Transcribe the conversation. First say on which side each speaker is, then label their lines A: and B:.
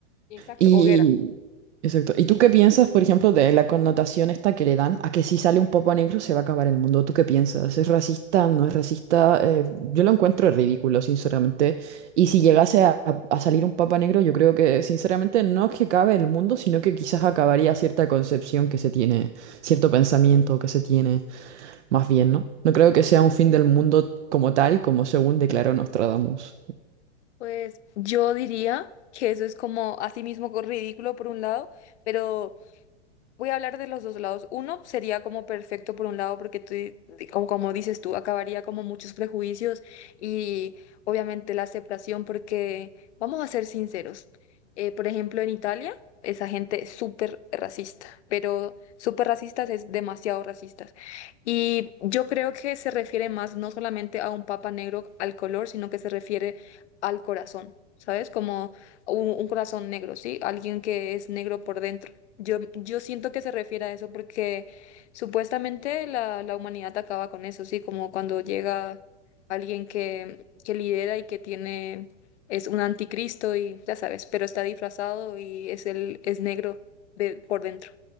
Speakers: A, on the left; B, on the right.
A: Exacto,
B: Y,
A: hoguera.
B: exacto. ¿Y tú qué piensas, por ejemplo, de la connotación esta que le dan a que si sale un popo negro se va a acabar el mundo? ¿Tú qué piensas? ¿Es racista? ¿No es racista? Eh, yo lo encuentro ridículo, sinceramente. Y si llegase a, a- a salir un papa negro, yo creo que, sinceramente, no es que acabe el mundo, sino que quizás acabaría cierta concepción que se tiene, cierto pensamiento que se tiene, más bien, ¿no? No creo que sea un fin del mundo como tal, como según declaró Nostradamus.
A: Pues yo diría que eso es como así mismo co- ridículo por un lado, pero Voy a hablar de los dos lados. Uno sería como perfecto por un lado, porque tú, di- di- como, como dices tú, acabaría como muchos prejuicios y obviamente la aceptación, porque vamos a ser sinceros. eh, por ejemplo, en Italia, esa gente es súper racista, pero súper racistas es demasiado racistas. Y yo creo que se refiere más no solamente a un papa negro al color, sino que se refiere al corazón, ¿sabes? Como un, un corazón negro, ¿sí? Alguien que es negro por dentro. Yo, yo siento que se refiere a eso porque supuestamente la, la humanidad acaba con eso, sí, como cuando llega alguien que, que lidera y que tiene, es un anticristo y ya sabes, pero está disfrazado y es el, es negro de, por dentro.